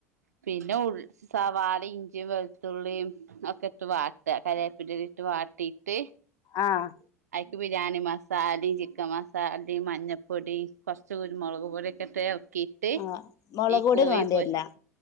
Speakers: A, on the right; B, on the left.
A: പിന്നെ ഉൾ സവാളെം ഇഞ്ചിയും വെളുത്തുള്ളിയും ഒക്കെ ഇട്ട് വാട്ട കരേപ്പിന്റലിട്ട് വാട്ടിയിട്ട്
B: ആഹ്
A: അയ്ക്ക് ബിരിയാണി മസാലിം ചിക്കൻ മസാലിം മഞ്ഞപ്പൊടിം കൊർച്ച്‌ കുരുമുളക് പൊടിയൊക്കെട്ട് എളക്കീട്ട്
B: ആഹ് മുളക്
A: ഈ
B: പൊടിയൊന്നും
A: കോയി
B: വേണ്ടിവരില്ല
A: പൊരി